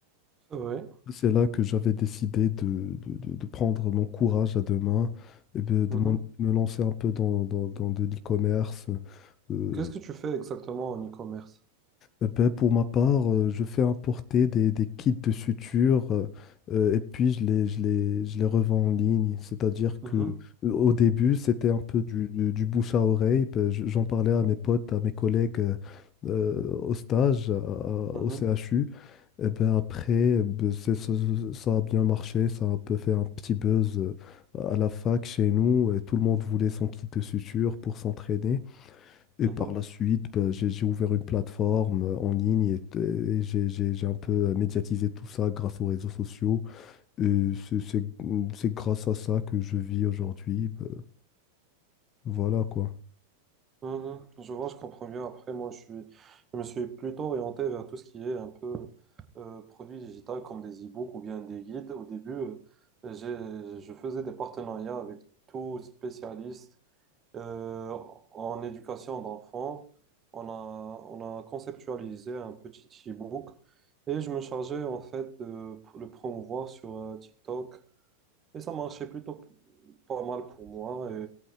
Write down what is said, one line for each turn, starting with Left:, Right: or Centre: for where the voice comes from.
Right: C'est vrai.
Left: C'est là que j'avais décidé de, de- de- de prendre mon courage à deux mains et de, de
Right: Mhm.
Left: m'en- me lancer un peu dans, dans, dans de l'e-commerce euh,
Right: Qu'est-ce que tu fais exactement en e-commerce?
Left: Eh ben, pour ma part, euh, je fais importer des, des kits de suture euh, euh, et puis je les, je les, je les revends en ligne. C'est-à-dire
Right: Mhm,
Left: que euh, au début, c'était un peu du, du- du bouche à oreille. Ben, je- J'en parlais à mes potes, à mes collègues euh, euh, au stage, à- à-
Right: mhm,
Left: au CHU. Et ben, après, ben, c'est- ça, ça a bien marché. Ça a un peu fait un petit buzz euh, à la fac chez nous. Et tout le monde voulait son kit de suture pour s'entraîner. Et
Right: mhm.
Left: par la suite, ben, j'ai j'ai ouvert une plateforme euh, en ligne et, et j'ai j'ai- j'ai un peu euh, médiatisé tout ça grâce aux réseaux sociaux. Et c'est c'est- c'est grâce à ça que je vis aujourd'hui. ben, voilà quoi.
Right: Mhm. Je vois, je comprends mieux. Après, moi, je suis, je me suis plutôt orienté vers tout ce qui est un peu euh, produit digital comme des e-books ou bien des guides. Au début, euh, j'ai, je faisais des partenariats avec tout spécialiste euh, en éducation d'enfants. On a, on a conceptualisé un petit e-book et je me chargeais en fait de le promouvoir sur euh, TikTok. Et ça marchait plutôt p- pas mal pour moi.